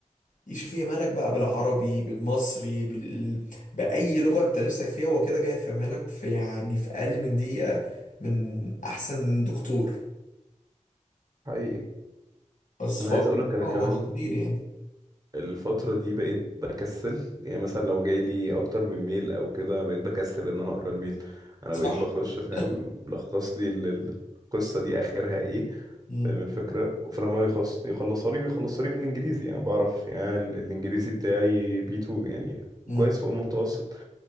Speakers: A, on the left; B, on the right.
A: يشوف فيها مالك بقى بالعربي بالمصري بال... بأي لغة انت نفسك فيها هو كده كده يفهمها لك في يعني في أقل من دقيقة من أحسن دكتور
B: حقيقي
A: بس
B: انا
A: فهو
B: عايز
A: بصراحة
B: اقولك انا
A: هو
B: كمان
A: خطير يعني
B: الفترة دي بقيت بكسل يعني مثلا لو جاي لي اكتر من ميل او كده بقيت بكسل ان انا اقرا الميل انا
A: صح؟
B: بقيت بخش فاهم
A: <laughs>
B: لخص لي ال- ال- القصة دي اخرها ايه
A: مم.
B: فاهم الفكرة فلما يخلص يخلصها لي بيخلصها لي بالانجليزي انا بعرف يعني ال- الانجليزي بتاعي بي 2 يعني
A: مم.
B: كويس فوق المتوسط